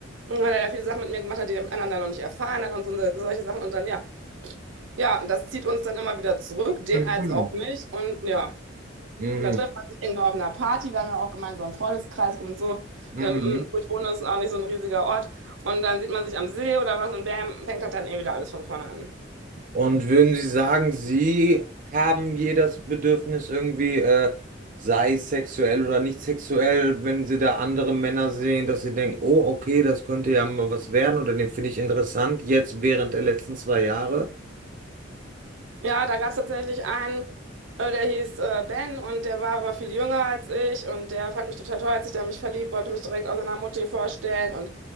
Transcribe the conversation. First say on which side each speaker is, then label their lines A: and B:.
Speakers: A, on the right (about 80°); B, on the right (about 45°).
A: Und weil er ja viele Sachen mit mir gemacht hat, die der mit anderen dann noch nicht erfahren hat und so, solche Sachen. Und dann, ja, ja, und das zieht uns dann immer wieder zurück, den
B: Mhm.
A: als auch mich. Und ja.
B: Mhm.
A: Und dann trifft man sich irgendwo auf einer Party, wir haben ja auch gemeinsam einen Freundeskreis und so.
B: Mhm.
A: Ähm, wo ich wohne, ist auch nicht so ein riesiger Ort. Und dann sieht man sich am See oder was und bam, fängt das dann eh wieder alles von vorne an.
B: Und würden Sie sagen, Sie haben jedes Bedürfnis irgendwie, äh, sei es sexuell oder nicht sexuell, wenn Sie da andere Männer sehen, dass Sie denken, oh, okay, das könnte ja mal was werden oder den finde ich interessant, jetzt während der letzten zwei Jahre?
A: Ja, da gab es tatsächlich einen, äh, der hieß äh, Ben und der war aber viel jünger als ich und der fand mich total toll, hat sich da in mich verliebt, wollte mich direkt aus seiner Mutti vorstellen und